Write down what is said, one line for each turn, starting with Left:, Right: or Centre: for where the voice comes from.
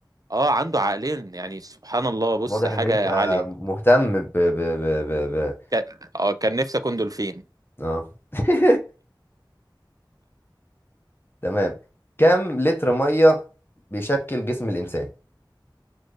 Right: اه عنده عقلين يعني سبحان الله بص
Left: واضح
Right: حاجة
Left: ان انت
Right: عالية
Left: مهتم ب ب ب ب, ب...
Right: ك- اه كان نفسي اكون دولفين
Left: اه <laughs> تمام كم لتر ميه بيشكل جسم الانسان